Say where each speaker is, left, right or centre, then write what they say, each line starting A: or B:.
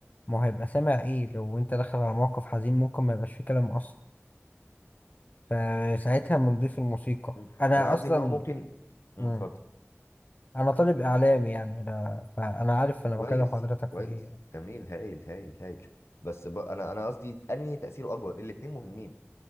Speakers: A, on the left; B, on the left.
A: ما هو هيبقى سامع ايه لو انت داخل على موقف حزين ممكن ما يبقاش فيه كلام اصلا فساعتها بنضيف الموسيقى
B: مم.
A: انا
B: أنا قصدي
A: اصلا
B: إن هو ممكن مم،
A: مم.
B: اتفضل
A: انا طالب اعلامي يعني انا فانا عارف انا
B: كويس
A: بكلم حضرتك
B: كويس
A: في ايه يعني
B: جميل هايل هايل هايل بس ب... أنا أنا قصدي أنهي تأثيره أكبر الاتنين مهمين